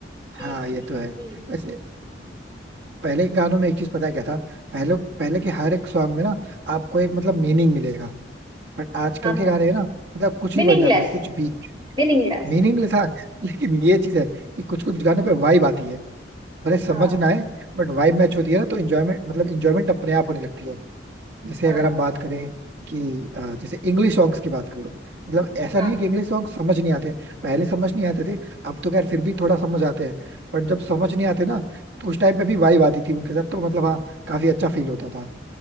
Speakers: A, on the right; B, on the right.
A: हाँ
B: तीस
A: ये
B: तीस
A: तो है
B: तीस
A: वैसे पहले के गानों में एक चीज पता है क्या था पहले पहले के हर एक सॉन्ग में ना आपको एक मतलब मीनिंग मिलेगा बट आजकल
B: हाँ
A: के गाने ना मतलब कुछ भी
B: मीनिंगलेस
A: बन जाता है कुछ भी
B: मीनिंगलेस
A: मीनिंगलेस था <laughs> लेकिन ये चीज है कि कुछ कुछ गानों पे वाइब आती है भले समझ
B: हाँ
A: ना आए बट वाइब मैच होती है ना तो इंजॉयमेंट मतलब इंजॉयमेंट अपने आप होने लगती है जैसे
B: हाँ
A: अगर आप बात करें कि अ, जैसे इंग्लिश सॉन्ग्स की बात करो मतलब ऐसा
B: हाँ
A: नहीं है कि इंग्लिश सॉन्ग समझ नहीं आते हैं पहले समझ नहीं आते थे अब तो खैर फिर भी थोड़ा समझ आते हैं बट जब समझ नहीं आते ना तो उस टाइम पे भी वाइब आती थी उनके साथ तो मतलब हाँ काफी अच्छा फील होता था